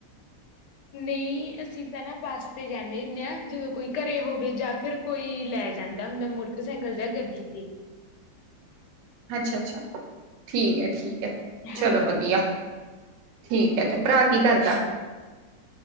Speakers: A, on the left; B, on the right.
A: ਨਹੀਂ ਅਸੀਂ ਤਾਂ ਨਾ ਬੱਸ ਤੇ ਜਾਂਦੇ ਹੁੰਨੇ ਆਂ, ਜਦੋਂ ਕੋਈ ਘਰੇ ਹੋਵੇ। ਜਾਂ ਫਿਰ ਕੋਈ ਲੈ ਜਾਂਦਾ ਹੁੰਦਾ ਮੋਟਰਸਾਈਕਲ ਜਾਂ ਗੱਡੀ ਤੇ।
B: ਅੱਛਾ- ਅੱਛਾ ਠੀਕ ਹੈ -ਠੀਕ ਹੈ
A: ਹਾਂਜੀ।
B: ਚਲੋ ਵਧੀਆ। ਠੀਕ ਹੈ ਤੇ ਭਰਾ ਕੀ ਕਰਦਾ?